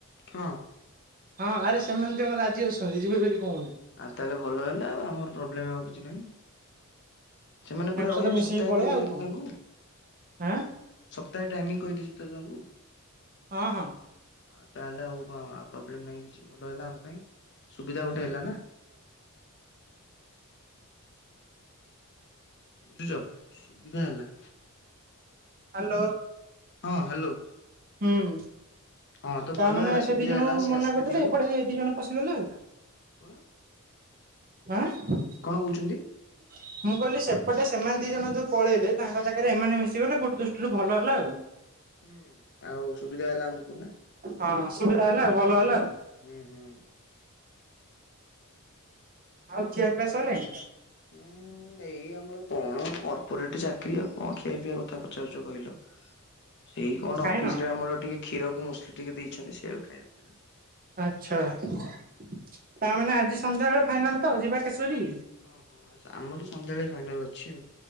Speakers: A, on the left (about 50°); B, on the right (about 40°).
A: ହଁ।
B: ହଁ ଆରେ ସେମାନେ ଦି ଜଣ ରାଜି ଅଛନ୍ତି ଯିବେ ବୋଲି କହୁଚନ୍ତି?
A: ଆଉ ତାହେଲେ ଭଲ ହେଲା ଆଉ ଆମର ପ୍ରୋବ୍ଲେମ ଆଉ କିଛି ନାହିଁ। ସେମାନେ
B: ତାଙ୍କ
A: ପୁରା ରହିବେ
B: ସହିତ ମିଶିକି
A: ସପ୍ତାହେ
B: ପଳେଇବା
A: କହିଦେଇଚ
B: ଆଉ କଣ
A: ତ ତାଙ୍କୁ।
B: ଆଁ
A: ସପ୍ତାହେ ଟାଇମି କହିଦେଇଛୁ ତ ତାଙ୍କୁ।
B: ହଁ ହଁ।
A: ହଁ ତାହେଲେ ଆଉ କଣଉ ପ୍ରୋବ୍ଲେମ୍ ନାହିଁ କିଛି ଭଲ ହେଲା ଆମ ପାଇଁ ସୁବିଧା ଗୋଟେ ହେଲା ନା। ବୁଝୁଛ ସୁବିଧା ହେଲା।
B: ହ୍ୟାଲୋ।
A: ହଁ ହ୍ୟାଲୋ।
B: ହୁଁ,
A: ହଁ ତ ଭଲ
B: ତା ମାନେ
A: ହେଲା ସୁବିଧା
B: ସେ ଦି ଜଣଙ୍କୁ
A: ହେଲା ସିଏ
B: ମନା
A: ଆସିଲେ
B: କରିଦେଲେ
A: ଦି ଜଣ
B: ଏପଟେ ଏ ଦି ଜଣ ପସିଗଲେ ଆଉ କଣ।
A: କଣ
B: ଆଁ,
A: କଣ କହୁଛନ୍ତି?
B: <unintelligible> ମୁଁ କହିଲି ସେପଟେ ସେମାନେ ଦି ଜଣ ଯୋଉ ପଳେଇଲେ ତାଙ୍କ ଜାଗାରେ ଏମାନେ ମିଶିଗଲେ ଗୋଟେ ଦୃଷ୍ଟିରୁ ଭଲ ହେଲା ଆଉ।
A: ହୁଁ, ଆଉ ସୁବିଧା ହେଲା ଆମକୁ ନା।
B: ହଁ ସୁବିଧା ହେଲା ଭଲ ହେଲା।
A: ହୁଁ, ହୁଁ।
B: ଆଉ ଖିଆପିଆ ସଇଲାଇଁ?
A: ହୁଁ ଏଇ ଆମର କଣ କର୍ପୋରେଟ୍ ଚାକିରି ଆଉ କଣ ଖିଆ ପିଇବା କଥା ପୁଚାରୁଚ କହିଲ? ସେଇ କଣ
B: ଖାଇନ
A: ଅଫିସ୍ ରେ ଆମର ଟିକେ କ୍ଷୀରକୁ ମୁସଲି ଟିକେ ଦେଇଛନ୍ତି ସେଇଆ କୁ ଖାଇବା କଥା।
B: ଆଚ୍ଛା ତାମାନେ ଆଜି ସନ୍ଧ୍ୟାବେଳେ ଫାଇନାଲ୍ ତ ଯିବା କେଶରୀ?
A: ଅଁ, ହଁ ଆସା ଆମର ସନ୍ଧ୍ୟାବେଳେ ଫାଇନାଲ୍ ଅଛି ଆଉ।